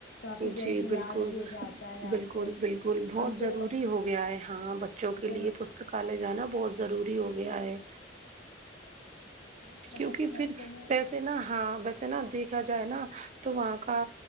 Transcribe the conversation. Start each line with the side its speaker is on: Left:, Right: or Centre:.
Left: کافی جلدی
Right: جی بالکل
Left: یاد ہو جاتا ہے
Right: بالکل
Left: آپ کو
Right: بالکل بہت
Left: ہم تو
Right: ضروری ہو گیا ہے ہاں بچ بچوں کے
Left: بالکل
Right: لیے پستکالیہ جانا بہت ضروری ہو گیا ہے
Left: دیکھا
Right: کیونکہ
Left: جائے تو
Right: پھر
Left: ہفتے میں
Right: پیسے نا ہاں ویسے نا دیکھا جائے نا تو وہاں کا